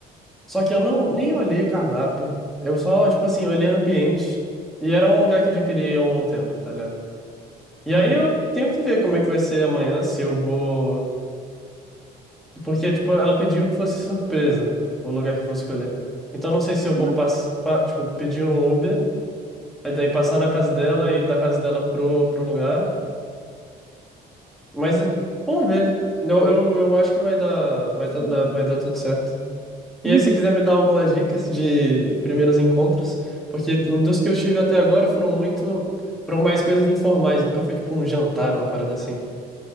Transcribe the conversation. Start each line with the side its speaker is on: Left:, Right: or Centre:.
Centre: Só que eu não nem olhei o cardápio. Eu só, tipo assim, olhei o ambiente. E era um lugar que eu já queria ir há algum tempo, tá ligado? E aí
Right: Uhum.
Centre: eu tenho que ver como é que vai ser amanhã, se eu vou. Porque, tipo, ela pediu que fosse surpresa o lugar que eu vou escolher. Então eu não sei se eu vou
Right: Ué.
Centre: pass... pa- tipo, pedir um Uber, aí daí passar na casa dela e da casa dela pro, pro lugar. Mas eh, vamos ver. Eu, eu, eu acho que vai dar, vai tá- dar, vai dar tudo certo. E
Right: Uhum.
Centre: aí, se quiser me dar algumas dicas de primeiros encontros, porque o dos que eu tive até agora foram muito, foram mais coisas informais, nunca foi tipo um jantar, uma parada assim.